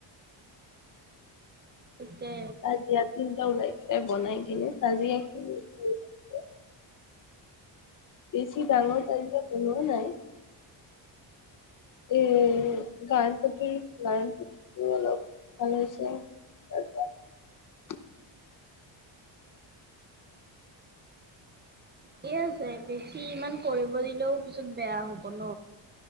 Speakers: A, on the right; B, on the left.
A: ঠিকে
B: তাজিয়া তিনিটা ওলাইছে বনাই কিনে তাজিয়াখিনি কৰিছে। বেছি ডাঙৰ তাজিয়া বনোৱাও নাই। এ গাজপতি লাৰন পতিটো অলপ ভাল হৈছে <unintelligible>
A: থিকে আছে বেছি ইমান কৰিব দিলেও পিছত বেয়া হ'ব ন।